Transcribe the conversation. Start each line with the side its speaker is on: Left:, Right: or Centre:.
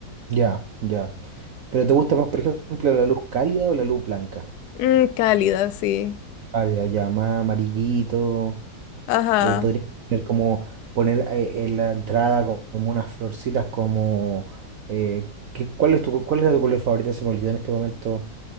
Right: Ya, ya. ¿Pero te gusta más, por ejemplo, la luz cálida o la luz blanca?
Left: Mm, cálida, sí.
Right: Cálida, ya más amarillito.
Left: Ajá.
Right: eh, podría ser como poner eh, en la entrada co- como unas florcitas como... eh, ¿qué- cuál es tu, cuál era tu color favorito? Se me olvidó en este momento.